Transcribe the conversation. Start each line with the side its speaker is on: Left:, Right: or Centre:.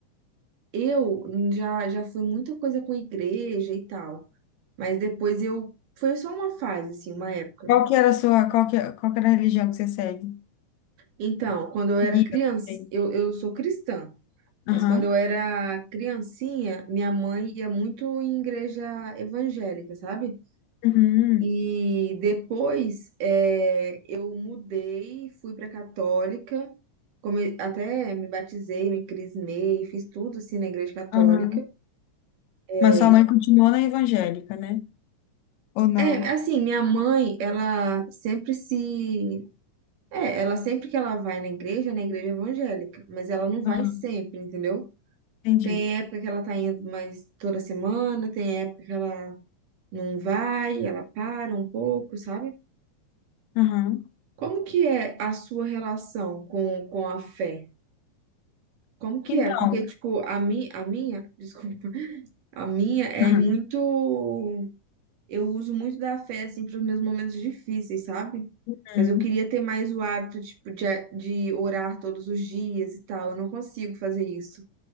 Right: Eu já, já fui muita coisa com igreja e tal, mas depois eu. Foi só uma fase, assim, uma época.
Left: Qual que era a sua, qual que, qual que era a religião que você segue?
Right: Então, quando eu era
Left: Seguia,
Right: criança,
Left: sei.
Right: eu, eu sou cristã, mas
Left: Aham.
Right: quando eu era criancinha, minha mãe ia muito em igreja evangélica, sabe?
Left: Uhum.
Right: E depois eh, eu mudei, fui pra católica, come- até me batizei, me crismei, fiz tudo assim na igreja católica.
Left: Aham.
Right: Eh,
Left: Mas sua mãe continuou na evangélica, né? Ou não?
Right: É, assim, minha mãe, ela sempre se. É, ela sempre que ela vai na igreja, é na igreja evangélica, mas ela não vai
Left: Aham.
Right: sempre, entendeu?
Left: Entendi.
Right: Tem época que ela tá indo mais toda semana, tem época que ela não vai, ela para um pouco, sabe?
Left: Aham.
Right: Como que é a sua relação com, com a fé? Como que
Left: Então.
Right: é? Porque, tipo, a, mi, a minha, <laughs> desculpa, a minha é
Left: Uhum.
Right: muito. Eu uso muito da fé, assim, para os meus momentos difíceis, sabe?
Left: Uhum.
Right: Mas eu queria ter mais o hábito, tipo, de, a- de orar todos os dias e tal. Eu não consigo fazer isso.